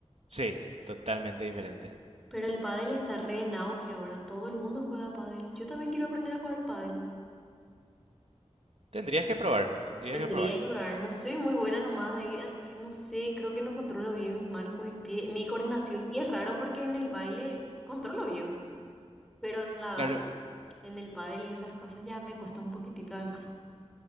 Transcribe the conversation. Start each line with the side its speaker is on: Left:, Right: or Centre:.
Right: sí, totalmente diferente.
Centre: Pero el pádel está re en auge ahora. Todo el mundo juega pádel. Yo también quiero aprender a jugar pádel.
Right: Tendrías que probar, tendrías
Centre: Tendría
Right: que probar.
Centre: que probar, no soy muy buena nomás ahí, así no sé, creo que no controlo bien mis manos con mis pies, mi coordinación, y es raro porque en el baile controlo bien, pero en la,
Right: Claro,
Centre: da- en el pádel y esas cosas ya me cuesta un poquitito de más.